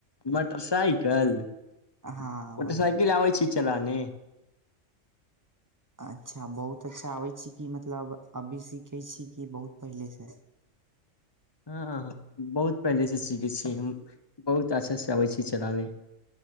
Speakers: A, on the left; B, on the right.
A: मोटरसाइकिल मोटरसाइकिल
B: हँ वही
A: आबे छै चलाने
B: अच्छा बहुत अच्छा आबै छी कि मतलब अभी सीखै छी कि बहुत पहिलेसँ
A: हँ बहुत पहिलेसँ सीखै छी हम बहुत अच्छासँ आबैत अछि चलाबे